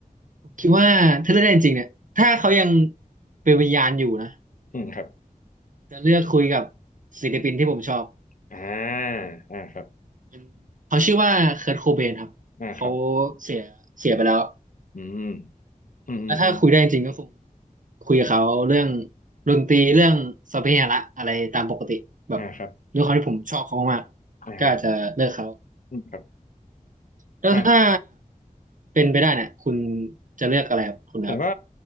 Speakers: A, on the right (about 65°); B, on the left (about 65°).
A: ผมคิดว่าถ้าเลือกได้จริงๆเนี่ยถ้าเขายังเป็นวิญญาณอยู่นะ
B: อืมครับ
A: จะเลือกคุยกับศิลปินที่ผมชอบ
B: อ่าอ่าครับ
A: เป็นเขาชื่อว่าเคิร์ตโคเบนครับเขา
B: อ่าครับ
A: เสียเสียไปแล้ว
B: อืมอืมอืมอืม
A: แล้วถ้าคุยได้จริงๆก็คงคุยกับเขาเรื่องดนตรีเรื่องสัพเพเหระอะไรตามปกติแบบ
B: อ่าครับ
A: ด้วยความที่ผมชอบเขามากๆก็อาจจะเลือกเขา
B: อ่าอืมครับ
A: แล้วถ้า
B: อ่ะ
A: เป็นไปได้เนี่ยคุณจะเลือกอะไรครับคุณครับ
B: ผมก็